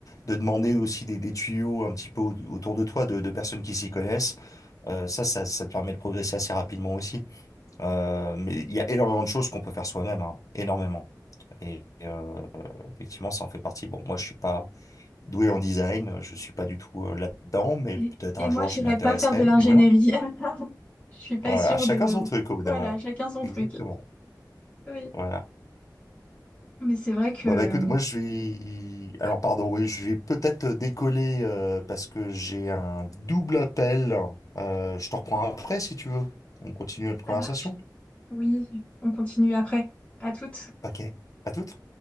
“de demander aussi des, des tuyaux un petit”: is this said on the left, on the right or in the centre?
Left